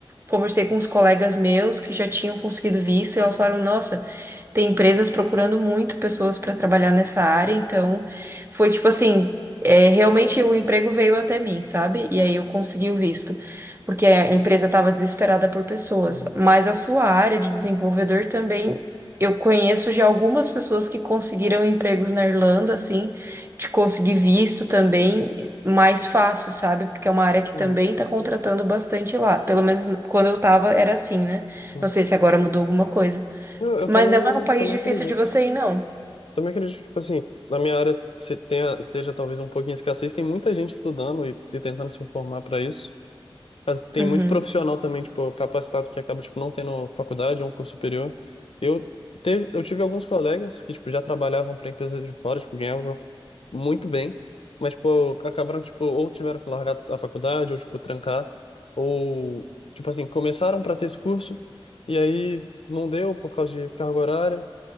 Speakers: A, on the right; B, on the left.
A: conversei com os colegas meus que já tinham conseguido visto e elas falaram, nossa. Tem empresas procurando muito pessoas para trabalhar nessa área, então foi tipo assim, é, realmente o emprego veio até mim, sabe? E aí eu consegui o visto, porque a empresa estava desesperada por pessoas.
B: uhum,
A: Mas a sua área de desenvolvedor também, eu conheço já algumas pessoas que conseguiram empregos na Irlanda, assim, de conseguir visto também mais fácil, sabe? Porque é uma área que
B: uhum,
A: também está contratando bastante lá. Pelo menos quando eu tava era assim, né?
B: uhum.
A: Não sei se agora mudou alguma coisa.
B: Não, eu
A: Mas
B: também,
A: não é um país
B: também
A: difícil
B: acredito.
A: de você ir, não.
B: Também acredito que, tipo assim, na minha área se tenha, esteja talvez um pouquinho escassez, tem muita gente estudando e, e tentando se formar para isso. Mas tem
A: Uhum,
B: muito profissional também, tipo, capacitado que acaba, tipo, não tendo faculdade ou um curso superior. Eu, teve, eu tive alguns colegas que, tipo, já trabalhavam para empresas de fora, tipo, ganhavam muito bem, mas, tipo, acabaram, tipo, ou tiveram que largar a faculdade, ou, tipo, trancar, ou, tipo assim, começaram para ter esse curso, e aí não deu por causa de carga horária,